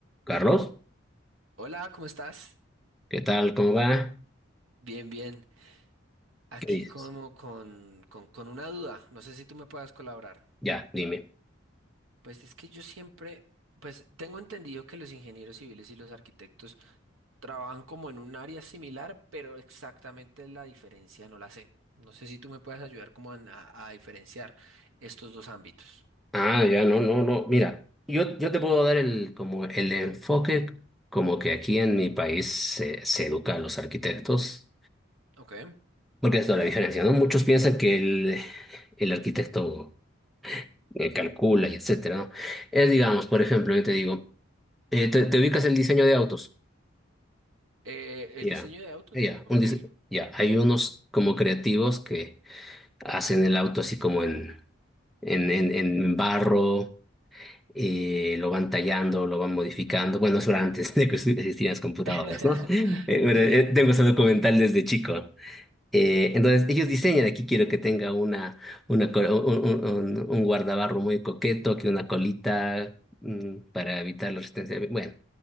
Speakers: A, in the centre; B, on the right.
A: Carlos,
B: Hola, ¿cómo estás?
A: ¿qué tal? ¿Cómo va?
B: Bien, bien. Aquí
A: ¿Qué dices?
B: como con, con, con una duda. No sé si tú me puedas colaborar.
A: Ya, dime.
B: Pues es que yo siempre, pues tengo entendido que los ingenieros civiles y los arquitectos trabajan como en un área similar, pero exactamente la diferencia no la sé. No sé si tú me puedes ayudar como a, a- a diferenciar estos dos ámbitos.
A: Ah, ya, no, no, no. Mira, yo, yo te puedo dar el, como el enfoque como que aquí en mi país se, se educa a los arquitectos,
B: Ok.
A: porque es toda la diferencia, ¿no? Muchos piensan que el, el arquitecto eh, calcula y etcétera, ¿no? Es, digamos, por ejemplo, yo te digo, eh, te, te ubicas el diseño de autos.
B: Eh,
A: Ya,
B: el diseño de autos.
A: ya,
B: Ok.
A: un dise- ya. Hay unos como creativos que hacen el auto así como en, en, en, en barro eh, lo van tallando, lo van modificando. Bueno, eso era antes <laughs> de que existieran las computadoras,
B: <laughs>
A: ¿no? Eh, pero,
B: Sí.
A: eh, tengo ese documental desde chico. Eh, entonces, ellos diseñan, aquí quiero que tenga una, una, col- un, un, un- un guardabarro muy coqueto, que una colita mm, para evitar la resistencia. Bueno,